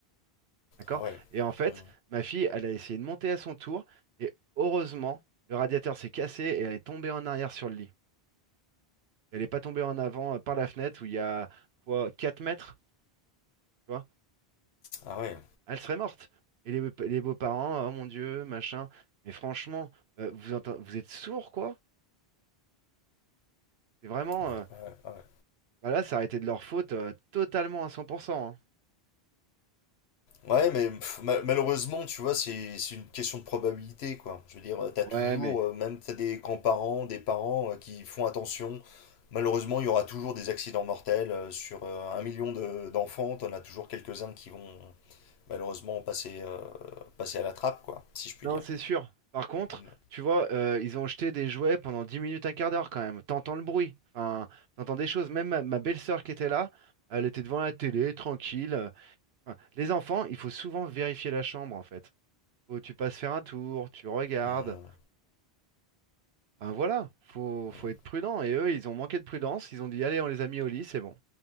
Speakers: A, on the right; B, on the left.
A: D'accord?
B: Ah ouais.
A: Et en fait,
B: Mhm.
A: ma fille, elle a essayé de monter à son tour, et heureusement, le radiateur s'est cassé et elle est tombée en arrière sur le lit. Elle n'est pas tombée en avant euh, par la fenêtre où il y a quoi, 4 mètres, tu vois?
B: Ah ouais,
A: Elle serait morte. Et les, les beaux-parents, oh mon Dieu, machin. Mais franchement, euh, vous enten- vous êtes sourds, quoi? C'est vraiment.
B: ouais,
A: euh,
B: ouais, ah ouais.
A: bah là, ça a été de leur faute euh, totalement à 100%. hein.
B: Ouais, mais pff, ma- malheureusement, tu vois, c'est c'est une question de probabilité, quoi. Je veux dire, euh, t'as
A: Ouais,
B: toujours,
A: mais
B: euh, même t'as des grands-parents, des parents euh, qui font attention. Malheureusement, il y aura toujours des accidents mortels. euh, Sur euh, un million de- d'enfants, t'en as toujours quelques-uns qui vont, malheureusement passer euh, passé à la trappe, quoi, si je puis
A: Non,
B: dire.
A: c'est sûr. Par contre,
B: Mm,
A: tu vois, euh, ils ont jeté des jouets pendant 10 minutes, un quart d'heure quand même. T'entends le bruit. Enfin, t'entends des choses. Même ma, ma belle-sœur qui était là, elle était devant la télé, tranquille. euh. Enfin, les enfants, il faut souvent vérifier la chambre en fait. Faut, tu passes faire un tour, tu regardes.
B: mm,
A: Enfin voilà, faut, faut
B: mm,
A: être prudent. Et eux, ils ont manqué de prudence. Ils ont dit, allez, on les a mis au lit, c'est bon.